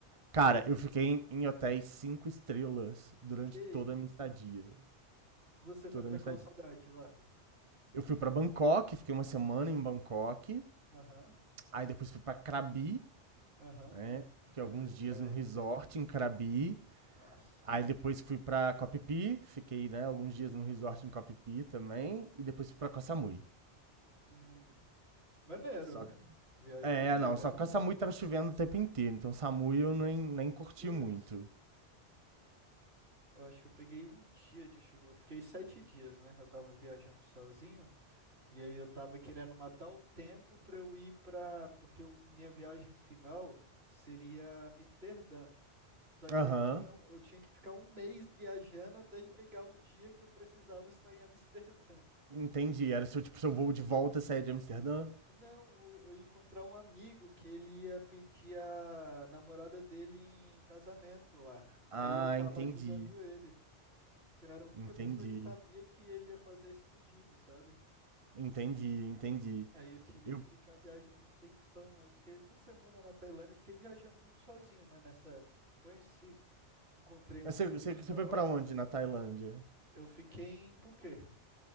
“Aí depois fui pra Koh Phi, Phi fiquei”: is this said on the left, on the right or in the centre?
Right